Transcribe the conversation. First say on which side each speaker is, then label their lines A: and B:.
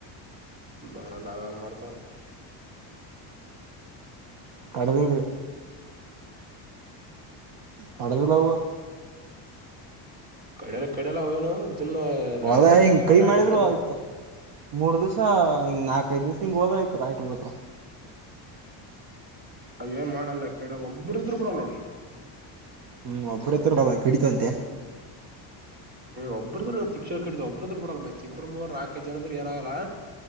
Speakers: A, on the right; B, on the right.
A: ಬಾರ ಲಾವ ಮಾಡತ
B: ಕಡದ ಕಡದಲಾವುವ
A: ಕಡಲ ಕಡಲ್ಲ ಅವನು ಇದನ್ನ
B: ಹೊಲ
A: ಎಲ್ಲ
B: ಹಿಂಗ್ ಕೈ
A: ರಡರ್ತಲ್ಲ
B: ಮಾಡಿದ್ರು ಆಯ್ತು ಮೂರ್ ದಿವಸ ಹಿಂಗ ನಾಕ ಐದು ದಿವಸ ಹೋದರ ರಾಟಿ ಬಿಳ್ತಾವ
A: ಅವ ಏನ್ ಮಾಡಲ್ಲ ಕೆಡೆ ಒಬ್ಬರು ಇದ್ರು ಬಿಡಲ್ಲ ನೋಡರೀ
B: ಹ್ಮ್ ಒಬ್ಬತ್ರಡ ಕಡಿತಂತೆ
A: ಒಬ್ಬರದು ತಿಕ್ಷಾಣ ಕಟ್ಟಿದ ಒಬ್ರ್ರ್ ಬಿಡಲ್ ಮತ್ತೆ ಇಬ್ಬ್ರು ನಾಲ್ಕೈ ಜನರು ಏನಾಗಲ್ಲಾ